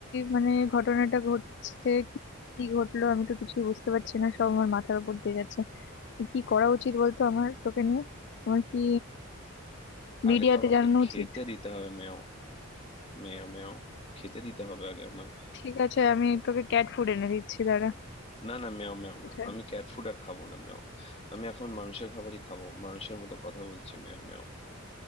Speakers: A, on the left (about 55°); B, on the left (about 30°).
A: মানে ঘটনাটা ঘটছে কি কি ঘটলো আমি তো কিছুই বুঝতে পারছি না সব আমার মাথার উপর দিয়ে যাচ্ছে কি করা উচিত বলতো আমার তোকে নিয়ে আমার কি
B: আগে
A: মিডিয়াতে
B: তো আমাকে
A: জানানো
B: খেতে
A: উচিত
B: দিতে হবে মেও মেও মেও খেতে দিতে হবে আগে আমায়
A: ঠিক আছে আমি তোকে ক্যাট ফুড এনে দিচ্ছি দাঁড়া
B: না না মেও মেও
A: কোথায়
B: মেও আমি ক্যাট ফুড আর খাবো না মেও আমি এখন মানুষের খাবারই খাবো মানুষের মতো কথা বলছি মেও মেও